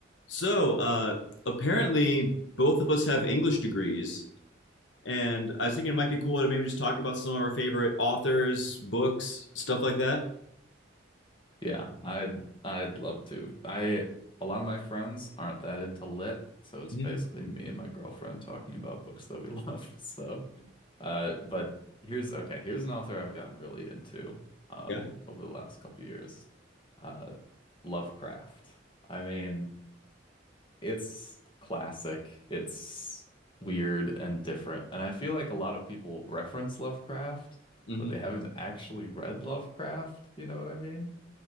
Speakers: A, on the left; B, on the left.
A: So, uh, apparently, both of us have English degrees, and I was thinking it might be cool to maybe just talk about some of our favorite authors, books, stuff like that.
B: Yeah, I'd I'd love to. I a lot of my friends aren't that into lit, so it's
A: hmm
B: basically me and my girlfriend talking about books that we <laughs> love. So, uh, but here's okay. Here's an author I've gotten really into um,
A: Yeah.
B: over the last couple years, uh, Lovecraft. I mean, it's classic. It's weird and different, and I feel like a lot of people reference Lovecraft,
A: hmm
B: but they haven't actually read Lovecraft. You know what I mean?